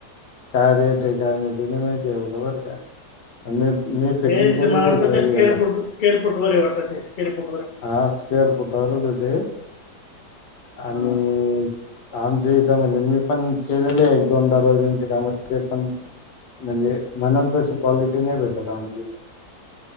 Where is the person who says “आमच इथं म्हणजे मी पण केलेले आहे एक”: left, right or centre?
Left